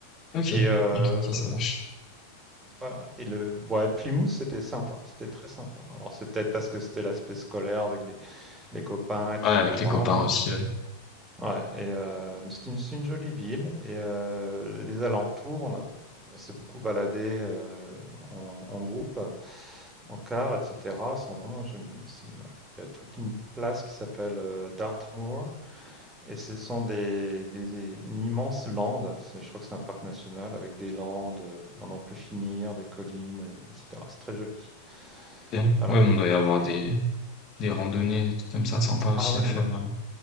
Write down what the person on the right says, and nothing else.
Et euh,
voilà. Et le, ouais, Plymouth, c'était sympa. C'était très sympa. Alors, c'est peut-être parce que c'était l'aspect scolaire avec des- les copains, etc.
Ouais et heu, mais c'est une c'est une jolie ville et heu, les alentours, on a on s'est beaucoup baladé, heu, en en groupe, en car et cetera. sont vraiment jolies aussi, ouais. Il y a toute une place qui s'appelle, heu, Dartmoor et ce sont des des des- une immense lande. C'est je crois que c'est un parc national avec des landes, heu, à n'en plus finir, des collines, heu, et cetera. C'est très joli.
Voilà
et
ah ouais,
ouais,